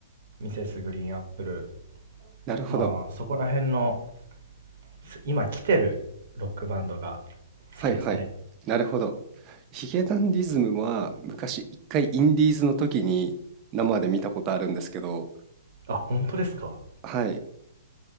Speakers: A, on the right; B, on the right.
A: ミセスグリーンアップル、
B: なるほど。
A: まあ、そこら辺の、す今来てるロックバンドが
B: はい、
A: 好きですね。
B: はい。なるほど。ヒゲダンディズムは、昔一回インディーズの時に生で見たことあるんですけど、
A: あ、本当ですか。
B: はい。